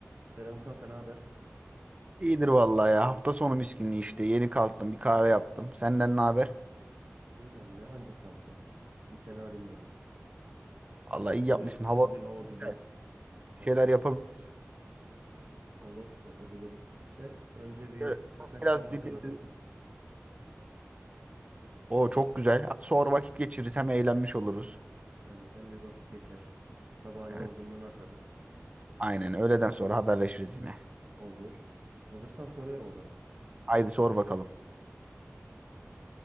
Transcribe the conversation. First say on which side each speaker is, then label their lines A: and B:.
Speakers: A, on the right; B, on the right.
A: Selam kanka, ne haber?
B: İyidir vallahi ya. Hafta sonu miskinliği işte. Yeni kalktım. Bir kahve yaptım. Senden ne haber?
A: İyiyim ben de. Anca kalktım. Bir seni arayayım dedim.
B: Vallahi iyi
A: Bugün
B: yapmışsın. Hava
A: bugün hava
B: güzel.
A: güzel.
B: Bir
A: Evet,
B: şeyler yapabiliriz.
A: olur, yapabiliriz. De önce bir
B: Şöyle
A: birkaç
B: biraz
A: soru hazırladım.
B: dinlenelim. O çok güzel. Sonra vakit geçiririz. Hem eğlenmiş oluruz.
A: Evet, hem bir vakit geçer. Sabahın yorgunluğunu
B: Evet.
A: atarız.
B: Aynen. Öğleden sonra haberleşiriz yine.
A: Olur. Hazırsan soruyorum o zaman.
B: Haydi sor bakalım.